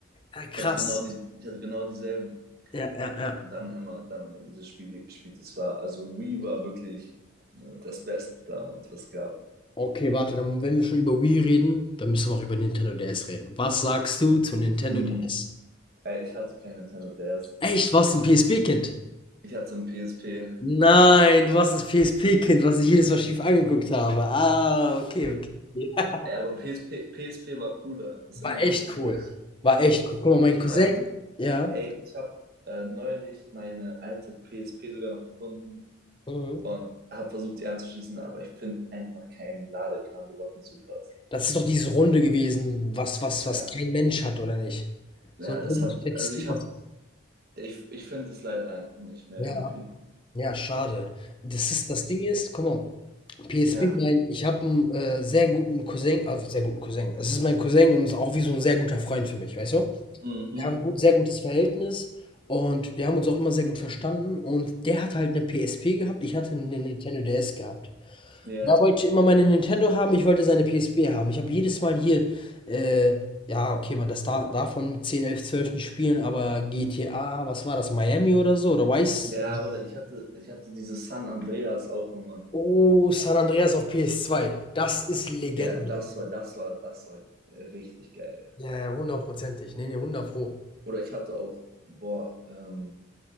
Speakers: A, on the left; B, on the right.
A: Ja, krass.
B: Ich hatte genau die, ich hatte genau dieselben.
A: Ja, ja, ja.
B: Dann immer, dann immer diese Spiele gespielt. Das war, also Wii war wirklich äh, das Beste damals, was es gab.
A: Okay, warte, dann, wenn wir schon über Wii reden, dann müssen wir auch über Nintendo DS reden. Was sagst du zu Nintendo
B: Mhm.
A: DS?
B: Ey, ich hatte kein Nintendo DS.
A: Echt, warst du ein PSP-Kind?
B: Ich hatte so ein PSP.
A: Nein, du warst das PSP-Kind, was ich jedes Mal schief angeguckt habe. Ah, okay, okay. okay.
B: Ey, aber PSP, PSP war cooler. Ist
A: War
B: immer
A: echt
B: noch cooler.
A: cool. War echt cool. Guck mal, mein
B: Ich
A: Cousin,
B: habe
A: ja,
B: Ey, ich habe äh, neulich meine alte PSP sogar noch gefunden
A: Mhm.
B: und habe versucht, sie anzuschließen, aber ich finde einfach kein Ladekabel, was dazu passt.
A: das ist doch diese Runde gewesen, was, was, was
B: Ja,
A: kein Mensch hat, oder nicht?
B: ja,
A: So ein
B: das
A: Runde
B: hat,
A: Textil.
B: also ich habe, ich, ich finde es leider einfach nicht mehr
A: Ja,
B: irgendwie.
A: ja, schade. Das ist, das Ding ist, guck mal, PSP,
B: Ja,
A: mein ich habe einen äh, sehr guten Cousin also, sehr guten Cousin. Es ist mein Cousin und ist auch wie so ein sehr guter Freund für mich, weißt du?
B: mhm,
A: Wir haben ein gut sehr gutes Verhältnis und wir haben uns auch immer sehr gut verstanden und der hat halt 'ne PSP gehabt, ich hatte eine Nintendo DS gehabt.
B: ja,
A: Er wollte immer meine Nintendo haben, ich wollte seine PSP haben. Ich habe jedes Mal hier, äh ja, okay, man das da davon mit 10, 11, 12 nicht spielen, aber GTA, was war das, Miami oder so oder Vice?
B: ja, oder ich hatte, ich hatte dieses San Andreas auch immer.
A: Oh, San Andreas auf ps zwei, Das ist Legende.
B: Ja, das war, das war, das war richtig geil.
A: Ja, ja, hundertprozentig. Ne, ne, hundertpro.
B: Oder ich hatte auch, boah, ähm,